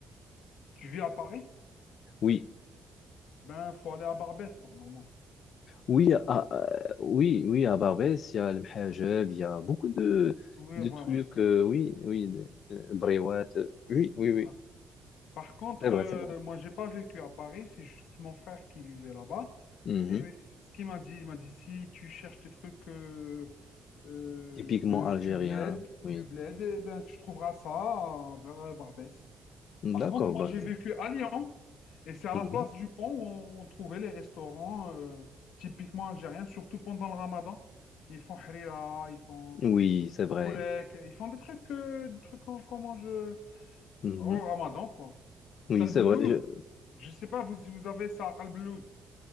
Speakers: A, on the left; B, on the left.
A: Tu vis à Paris?
B: Oui,
A: Ben, faut aller à Barbès, normalement.
B: oui, à, à- oui, oui, à Barbès, il y a le mhajeb, il y a beaucoup de,
A: Oui,
B: de
A: voilà.
B: trucs, euh, oui, oui, de- euh, brewat, euh, oui, oui,
A: Voilà.
B: oui,
A: Par contre,
B: c'est vrai,
A: euh,
B: c'est vrai.
A: moi, j'ai pas vécu à Paris, c'est juste mon frère qui vivait là-bas.
B: Mhm.
A: Et mais c'est ce qu'il m'a dit, il m'a dit, si tu cherches des trucs euh, euh,
B: Typiquement
A: de,
B: algérien,
A: du bled, du
B: oui.
A: bled, eh ben, tu trouveras ça euh, vers Barbès.
B: D'accord,
A: Par contre, moi,
B: bah,
A: j'ai
B: je-
A: vécu à Lyon, et c'est à
B: Mhm.
A: la place du pont où on trouvait les restaurants euh, typiquement algériens, surtout pendant le Ramadan. Ils font harira, ils font
B: Oui, c'est vrai.
A: gourek, ils font des trucs, euh, des trucs qu'on qu'on mange euh,
B: Mhm.
A: au Ramadan, quoi.
B: Oui,
A: T'as le
B: c'est
A: blues.
B: vrai.
A: Je sais pas vous, si vous avez ça, le blues.